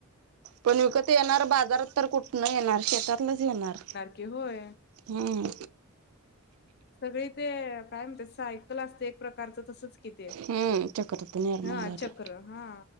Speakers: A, on the right; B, on the left.
A: पण विकत येणार बाजारात तर कुठन येणार शेतातनच येणार
B: की होय
A: हम्म
B: सगळी ते काय म्हणते सायकल असते एक प्रकारचं तसच किती
A: हम्म चक्रता निर्माण
B: हा
A: झाली
B: चक्र हा